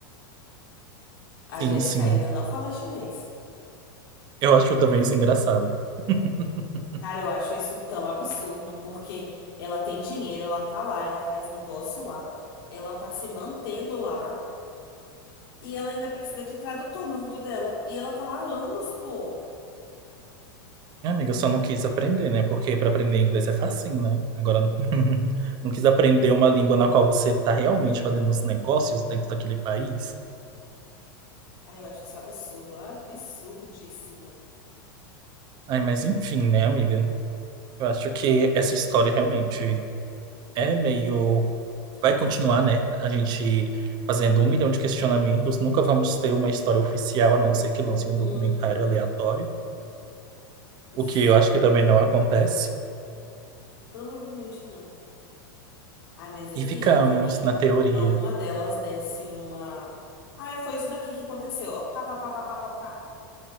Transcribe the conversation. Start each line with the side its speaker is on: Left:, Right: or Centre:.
Left: A
Right: Sim,
Left: Jéssica
Right: sim.
Left: ainda não fala chinês.
Right: Eu acho também isso engraçado. <laughs>
Left: Cara, eu acho isso tão absurdo, porque ela tem dinheiro, ela tá lá, ela faz negócio lá, ela tá se mantendo lá, e ela ainda precisa de tradutor no ouvido dela. E ela tá lá há anos, pô.
Right: Minha Amiga, eu só não quis aprender, né? Porque para aprender inglês é facinho, né? Agora, <laughs> não quis aprender uma língua na qual você tá realmente fazendo os negócios dentro daquele país.
Left: Aí eu acho isso absurdo, absurdíssimo.
Right: Ai, mas enfim, né, amiga? Eu acho que essa história realmente é meio. Vai continuar, né? A gente fazendo um milhão de questionamentos. Nunca vamos ter uma história oficial, a não ser que lance um
Left: Uhum,
Right: documentário aleatório, o
Left: sim,
Right: que eu acho que também não acontece.
Left: provavelmente não. Ai, mas eu
Right: E
Left: queria
Right: ficamos
Left: que alguém,
Right: na teoria.
Left: alguma delas desse uma. Ai, foi isso daqui que aconteceu, ó. Pá, pá, pá, pá, pá, pá, pá.